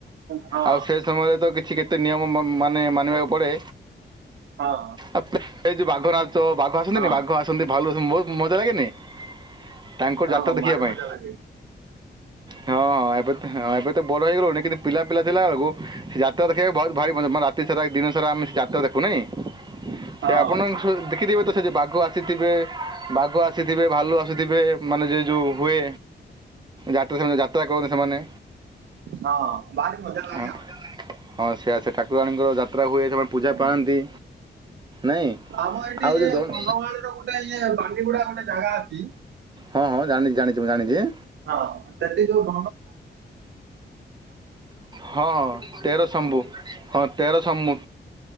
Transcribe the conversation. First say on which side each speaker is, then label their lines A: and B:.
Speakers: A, on the right; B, on the right.
A: ହଁ
B: ଆଉ ସେ ସମୟରେ ତ କିଛି କେତେ ନିୟମ ମ- ମାନେ ମାନିବାକୁ ପଡ଼େ।
A: ହଁ
B: ଆ ପେ- ସେଇ ଯୋଉ ବାଘ ନାଚ, ବାଘ ଆସନ୍ତିନି?
A: ହଁ
B: ବାଘ ଆସନ୍ତି ଭାଲୁ, ଆସନ୍ତି ବହୁତ୍ ମଜା ଲାଗେନି? ତାଙ୍କ
A: ହଁ
B: ଜାତ ଦେଖିବା
A: ଭାରି
B: ପାଇଁ,
A: ମଜା ଲାଗେ
B: ହଁ ଏବେ ହଁ ଏବେ ତ ବଡ ହେଇଗଲୁଣି କିନ୍ତୁ ପିଲା ପିଲା ଥିଲା ବେଳକୁ ଯାତ୍ରା ଦେଖିବାକୁ ବହୁତ ଭାରି ମଜା ମା ରାତି ସାରା ଏ ଦିନ ସାରା ଆମେ ଯାତ୍ରା ଦେଖୁନାହିଁ?
A: ହଁ
B: ସେ ଆପଣଙ୍କ ସ ଦେଖିଥିବେ ତ ସେ ଯେ ବାଘ ଆସିଥିବେ ବାଘ ଆସିଥିବେ ଭାଲୁ ଆସିଥିବେ। ମାନେ ଯେ ଯୋଉ ହୁଏ ଯାତ୍ରା ସେମାନେ ଯାତ୍ରା କରନ୍ତି ସେମାନେ।
A: ହଁ ଭାରି ମଜା ଲାଗେ
B: ହଁ।
A: ଆଉ।
B: ହଁ ସେ ଆ ସେ ଠାକୁରାଣୀଙ୍କର ଯାତ୍ରା ହୁଏ ସେମାନେ ପୂଜା
A: ହୁଁ
B: ପାଆନ୍ତି ନାଇଁ?
A: ଆମ ଏଠି
B: ଆଉ
A: ଯେ
B: ଯେଉଁ ଦଣ୍ଡ
A: କନ୍ଧମାଳ ର ଗୋଟେ ଆଜ୍ଞା ବାଣ୍ଡିଗୁଡା ଗୋଟେ ଜାଗା ଅଛି।
B: ହଁ ହଁ ଜାଣିଚି ଜାଣିଚି ମୁଁ ଜାଣିଚି।
A: ହଁ ସେଠି ଯୋଉ <inaudible>
B: ହଁ ହଁ ତେର ଶମ୍ଭୁ ହଁ ତେର ଶମ୍ଭୁ